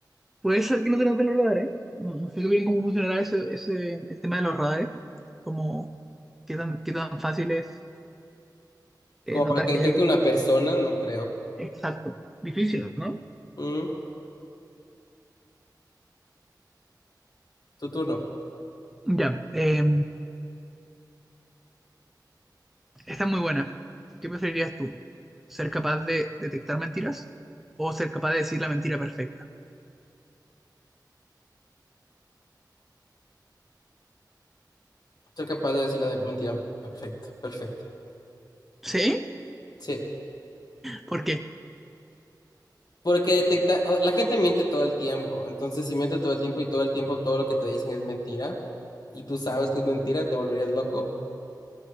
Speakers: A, in the centre; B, on the left (about 65°).
A: Puede ser que no tengas de los radares. ¿eh? No, no sé bien cómo funcionará ese, ese, el tema de los radares. Como qué tan, qué tan fácil es eh,
B: Como
A: notar
B: para que
A: que
B: detecte
A: hay algo.
B: una persona, no creo.
A: Exacto. Difícil, ¿no?
B: Mm, tu turno.
A: Ya. eh, esta es muy buena. ¿Qué preferirías tú? ¿Ser capaz de detectar mentiras o ser capaz de decir la mentira perfecta?
B: Ser capaz de decir la de- mentira. Perfecto, perfecto.
A: ¿Sí?
B: Sí.
A: ¿Por qué?
B: Porque detecta, o- la gente miente todo el tiempo. Entonces, si miente todo el tiempo y todo el tiempo todo lo que te dicen es mentira y tú sabes que es mentira, te volverías loco.